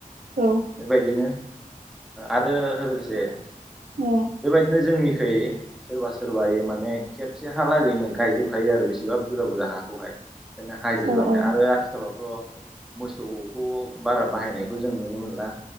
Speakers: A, on the right; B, in the centre.
A: औ
B: बेबायदिनो आरो लोगोसे
A: औ
B: बेबायदिनो जोंनिखै सोरबा सोरबा इ माने खेबसे हालागैनो गायजोबखायो आरो बेसेबा बुरजा बुरजा हाखौहाय बेखायनो हाजिर
A: औ
B: लानो
A: औ
B: आरो आथिखालाव थ' मोसौखौ बारा बाहायनायखौ जों नुनो मोनला